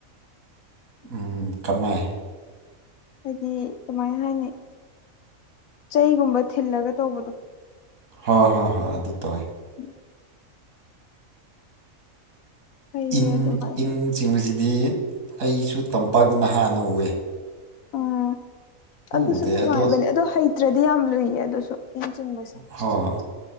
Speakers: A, on the right; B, on the left.
A: ꯎꯝ ꯀꯃꯥꯏ
B: ꯍꯥꯏꯗꯤ ꯀꯃꯥꯏꯅ ꯍꯥꯏꯅꯤ ꯆꯩꯒꯨꯝꯕ ꯊꯤꯜꯂꯒ ꯇꯧꯕꯗꯣ
A: ꯍꯣꯏ ꯍꯣꯏ ꯍꯣꯏ ꯑꯗꯨ ꯇꯧꯋꯦ
B: ꯎꯝ ꯐꯩꯌꯦ
A: ꯏꯟ
B: ꯑꯗꯨꯃꯥꯏꯅ
A: ꯏꯪ ꯆꯤꯡꯕꯁꯤꯗꯤ ꯑꯩꯁꯨ ꯇꯝꯄꯥꯛꯇꯅ ꯅꯍꯥꯟꯅ ꯎꯏꯑ
B: ꯎꯝ ꯑꯗꯨꯁꯨ
A: ꯎꯗꯦ
B: ꯅꯨꯡꯉꯥꯏꯕꯅꯦ
A: ꯑꯗꯨꯁꯨ
B: ꯑꯗꯣ ꯍꯩꯇ꯭ꯔꯗꯤ ꯌꯥꯝ ꯂꯨꯏꯌꯦ ꯑꯗꯨꯁꯨ ꯏꯟ ꯆꯤꯡꯕꯁꯦ
A: ꯍꯣꯏ